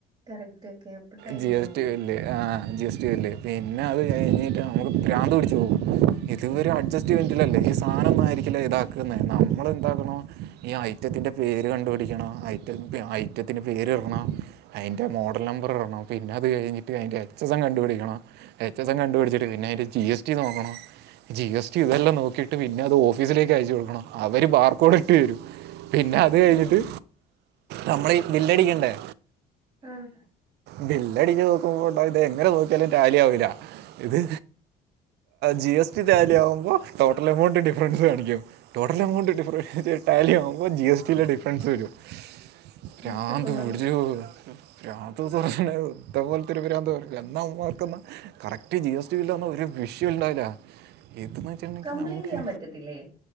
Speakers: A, on the right (about 25°); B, on the right (about 80°).
A: കറക്റ്റ് ഒക്കെ അപ്പൊ ടൈമും
B: ജി എസ്
A: പോവും
B: ടി ബില് ആഹ ജി എസ് ടി ബില്ല്. പിന്നെ അത് കഴിഞ്ഞിട്ട് നമുക്ക് ഭ്രാന്ത് പിടിിച്ചച്ച് പോകും. ഇത്വ അഡ്ജസ്റ്റ്്മെന്റല്ലേ പാറമാ ആയിരിക്കില്ല ഇതാക്കുന്നത് നമ്മൾെന്താക്കു ഈ ഐറ്റത്തിന്റെ പേര് കണ്ടുപിടിക്കണം. ഐ ഐറ്റത്തിന്റെ പേര് ഇടണം. അതിന്റെ മോഡൽ നമ്പർ ഇടണം. പിന്നെ അത് കഴിഞ്ഞിട്ട് അതിൻ്റെ എച്ച് എസ് എം കണ്ട പിിടിക്കണം. എച്ച് എസ് എം കു പിടിച്ചിട്ടാ പിന്നെ അതിൻ്റെ ജി എസ് ടി നോക്കണം. ജി എസ് ടി ഇതെല്ലാം നോക്കിട്ട് പിന്നെ അത് ഓഫീസിലേക്ക് അയച്ചു കൊടുക്കണം. അവര് കൊടട്ടു വരും പിന്നെ അത് കഴിഞ്ഞിട്ട്
A: ഓ
B: നമ്മള വില്ലടിക്കണ്ടേ?
A: ആഹ്
B: ബ എല്ലടി നോക്കുമ്പോണ്ടോകും ഇത് എങ്ങനെ നോക്കിയാലും ടാലിയ കുല്ല ഇത് ജി എസ് ടി താലി ആവുമ്പോ ടോട്ടൽ എമൗണ്ട് ഡിഫറൻസ് കാണിക്കും. ടോട്ടൽ എമൗണ്ട് ഡിഫറൻ റിട്ടാലി ആവുമ്പോൾ ജി എസ് ടിിെ ഡിഫറൻസ് വരും. ഭ്രാന്ത്
A: മൊത്തം കൊളാവും
B: പിടിചോ ആദ്യത്തെ ദിവസം ഇതേ പോോലത്തെരുാന്ത എന്നാ അവർ മാർക്ക് ന- കറക്റ്റ് ജി എസ് ടി ഇല്ലാന്ന ഒരു വിഷയം ഉണ്ടാവില്ല. എതെന്ന് വെച്ചിട്ടുണ്ടെങ്കിൽ
A: കംപ്ലൈന്റ്
B: നമുക്ക്
A: ചെയ്യാൻ പറ്റത്തില്ലേ